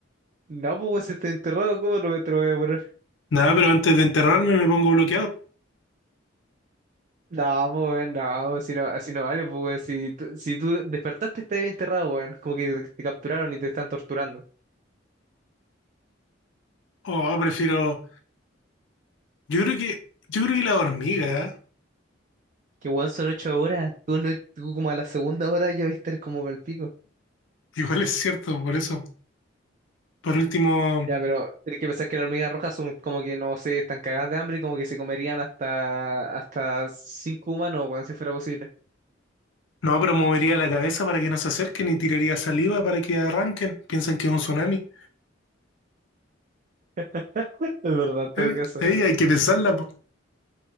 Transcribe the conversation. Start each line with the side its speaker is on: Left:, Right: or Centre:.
Right: No, pues, weón, si estoy enterrado, ¿cómo no me te lo voy a poner?
Left: Nada, pero antes de enterrarme me pongo bloqueador.
Right: No, pues, weón, no, si no, así no vale, pues, weón. Si tú, si tú despertaste, estás bien enterrado, weón. Como que te, te capturaron y te están torturando.
Left: O prefiero. Yo creo que. Yo creo que la hormiga, ¿eh?
Right: Que, weón, son ocho horas. Tú, no- tú como a la segunda hora ya vas a estar como para el pico.
Left: <laughs> Igual es cierto, por eso. Por último,
Right: Ya, pero tienes que pensar que las hormigas rojas son como que, no sé, están cagadas de hambre y como que se comerían hasta, hasta cinco humanos, weón, si fuera posible.
Left: no, pero movería la cabeza para que no se acerquen y tiraría saliva para que arranquen. Piensan que es un tsunami.
Right: <laughs> Es verdad, en todo
Left: Eh,
Right: caso,
Left: eh, hay que pensarla, po.